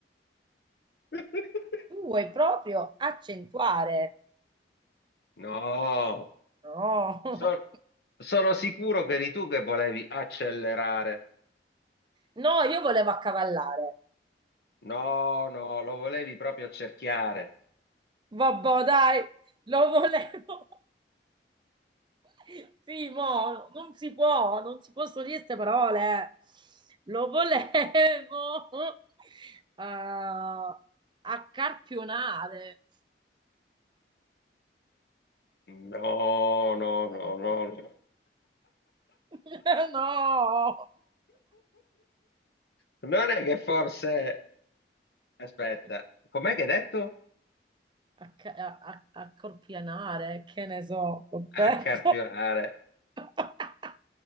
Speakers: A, on the left; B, on the right.
A: <laughs>
B: Tu vuoi proprio accentuare.
A: No,
B: No,
A: so-
B: <laughs>
A: sono sicuro che eri tu che volevi accelerare.
B: no, io volevo accavallare.
A: No, no, lo volevi proprio accerchiare.
B: Vabbè, dai, lo volevo. <laughs> Primo, non si può, non si possono dire queste parole. eh. Lo volevo <laughs> a accarpionare.
A: No, no, no,
B: No.
A: no. no.
B: <laughs> No.
A: Non è che forse... Aspetta,
B: <laughs>
A: com'è che hai detto?
B: acca- a- a- accorpianare, che ne so, ho detto.
A: Accarpionare.
B: <laughs>